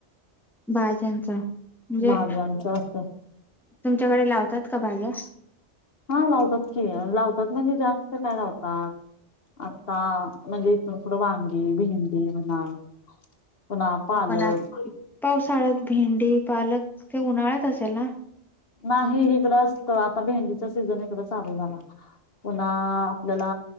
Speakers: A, in the centre; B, on the left.
A: भाज्यांच म्हणजे
B: भाज्यांच असत
A: तुमच्याकडे लावतात का भाज्या
B: हा लावतात की लावतात म्हणजे जास्त काय लावतात. आता म्हणजे इथून पुढे वांगी, भेंडी म्हणा. पुन्हा पालक
A: हो पण आता पावसाळ्यात भेंडी पालक ते उन्हाळ्यात असेल ना.
B: नाही इकडं असत आता भेंडीचा सीझन इकडं चालू झाला. पुन्हा आपल्याला